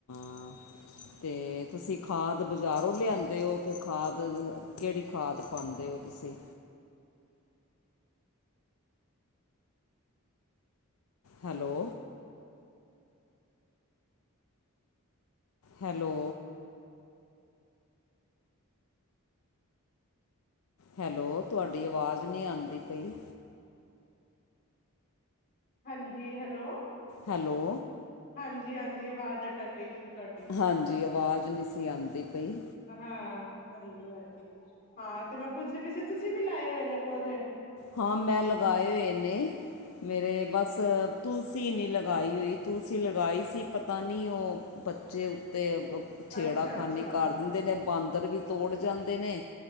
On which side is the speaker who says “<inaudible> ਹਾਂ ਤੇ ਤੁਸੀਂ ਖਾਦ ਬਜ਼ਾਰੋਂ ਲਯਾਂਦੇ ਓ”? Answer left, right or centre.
Left